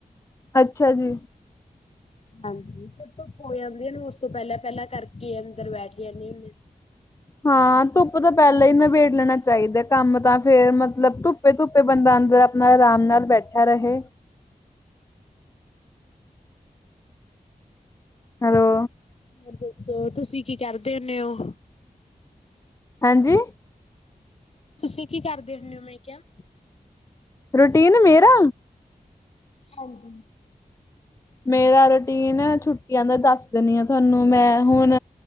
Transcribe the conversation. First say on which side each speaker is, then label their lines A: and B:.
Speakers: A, on the left (about 20°); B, on the left (about 45°).
A: ਅੱਛਾ ਜੀ।
B: <inaudible> ਹਾਂਜੀ ਫਿਰ ਧੁੱਪ ਹੋ ਜਾਂਦੀ ਆ ਉਸ ਤੋਂ ਪਹਿਲਾਂ ਪਹਿਲਾਂ ਕਰਕੇ ਅੰਦਰ ਬੈਠ ਜਾਣੇ ਹੁੰਨੇ।
A: ਹਾਂ, ਧੁੱਪ ਤੋਂ ਪਹਿਲਾਂ ਈ ਨਵੇੜ ਲੈਣਾ ਚਾਹੀਦਾ ਕੰਮ ਤਾਂ ਫੇਰ ਮਤਲਬ ਧੁੱਪ ਫਿਰ ਧੁੱਪੇ ਬੰਦਾ ਅੰਦਰ ਆਪਣਾ ਆਰਾਮ ਨਾਲ ਬੈਠਾ ਰਹੇ। ਹੈਲੋ।
B: ਹੋਰ ਦੱਸੋ ਤੁਸੀਂ ਕੀ ਕਰਦੇ ਹੁੰਦੇ ਓ?
A: ਹਾਂਜੀ।
B: ਤੁਸੀਂ ਕੀ ਕਰਦੇ ਹੁੰਨੇ ਓ ਮੈਂ ਕਿਆ।
A: ਰੂਟੀਨ ਮੇਰਾ।
B: ਹਾਂਜੀ।
A: ਮੇਰਾ ਰੂਟੀਨ ਛੁੱਟੀਆਂ ਦਾ ਦੱਸ ਦੀਨੀ ਆ ਤੁਹਾਨੂੰ ਮੈਂ ਹੁਣ